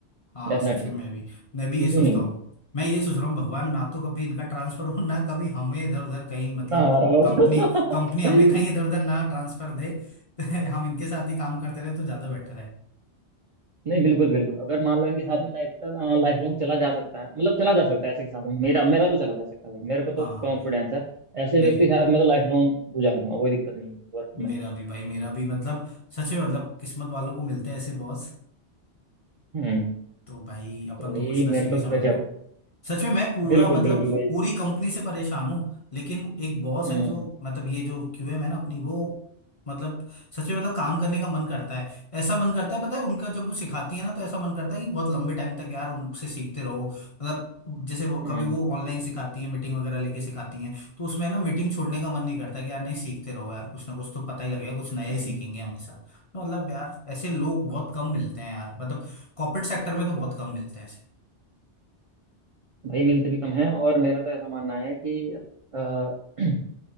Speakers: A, on the left; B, on the right.
A: हाँ
B: डेफिनेटली
A: सच में मैं भी मैं भी ये
B: इशू
A: सोचता
B: नहीं
A: हूँ
B: है
A: मैं ये सोच रहा हूँ भगवान ना तो कभी इनका ट्रांसफर हो ना कभी हमें इधर उधर कहीं मतलब
B: ना हमारा <laughs>
A: कंपनी कंपनी हमें कहीं इधर उधर ना ट्रांसफर दे <laughs> हम इनके साथ ही काम करते रहे तो ज्यादा बेटर है
B: नहीं बिल्कुल बिल्कुल अगर मान लो इनके साथ में लाइफ लाइफ लॉन्ग चला जा सकता है मतलब चला जा सकता है ऐसे के साथ में मेरा मेरा तो चला जा सकता है भाई मेरे को
A: हाँ
B: तो कॉन्फिडेंस
A: भाई
B: है ऐसे
A: नहीं
B: व्यक्ति के साथ मैं तो लाइफ लॉन्ग गुजार दूंगा कोई दिक्कत नहीं है वर्क में
A: मेरा भी भाई मेरा भी मतलब सच में मतलब किस्मत वालों को मिलते हैं ऐसे बॉस
B: हम्म
A: तो भाई अपन
B: तो वही
A: तो खुशनसीब
B: मेरे तो
A: ही समझ
B: गजब
A: लो सच में मैं पूरा
B: बिल्कुल
A: मतलब
B: बिल्कुल भाई
A: पूरी कंपनी से परेशान हूँ लेकिन एक बॉस
B: हम्म
A: है जो मतलब ये जो क्यूएम है ना अपनी वो मतलब सच में मतलब काम करने का मन करता है ऐसा मन करता है पता है उनका जब वो सिखाती है ना तो ऐसा मन करता है कि बहुत लंबे टाइम तक यार उनसे सीखते रहो मतलब जैसे वो
B: हम्म
A: कभी वो ऑनलाइन सिखाती है मीटिंग वगैरह लेके सिखाती हैं तो उसमें ना मीटिंग छोड़ने का मन नहीं करता कि यार नहीं सीखते रहो यार कुछ ना कुछ तो पता ही लगेगा कुछ नया
B: हम्म
A: ही सीखेंगे हमेशा तो मतलब यार ऐसे लोग बहुत कम मिलते हैं यार मतलब कॉर्पोरेट सेक्टर में तो बहुत कम मिलते हैं ऐसे
B: भाई मिलते भी कम है और मेरा तो ऐसा मानना है कि अ, <clears throat>